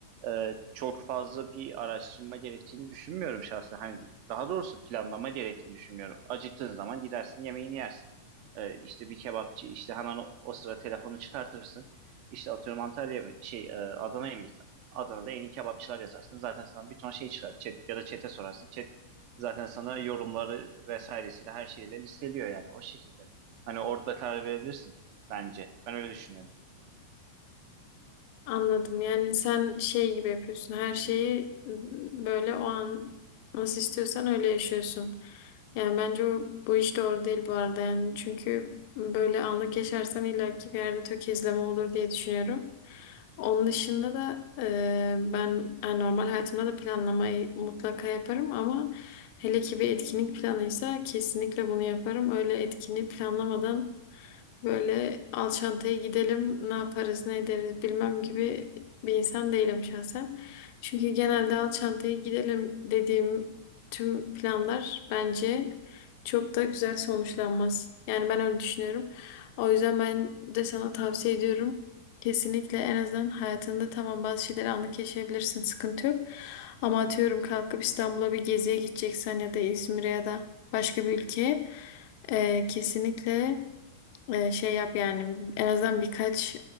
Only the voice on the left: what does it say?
Anladım. Yani sen şey gibi yapıyorsun. Her şeyi ıı, böyle o an nasıl istiyorsan öyle yaşıyorsun. Yani bence o- bu iş doğru değil bu arada. Yani çünkü böyle anlık yaşarsan illaki bir yerde tökezleme olur diye düşünüyorum. Onun dışında da eee, ben yani normal hayatımda da planlamayı mutlaka yaparım ama hele ki bir etkinlik planıysa kesinlikle bunu yaparım. Öyle etkinliği planlamadan Böyle al Alçantay'a gidelim, ne yaparız, ne ederiz bilmem gibi bir insan değilim şahsen. Çünkü genelde al Alçantay'a gidelim dediğim tüm planlar bence çok da güzel sonuçlanmaz. Yani ben öyle düşünüyorum. O yüzden ben de sana tavsiye ediyorum. Kesinlikle en azından hayatında tamam bazı şeyleri anlık yaşayabilirsin, sıkıntı yok. Ama atıyorum kalkıp İstanbul'a bir geziye gideceksen ya da İzmir'e ya da başka bir ülkeye eee, kesinlikle ee, şey yap yani en azından birkaç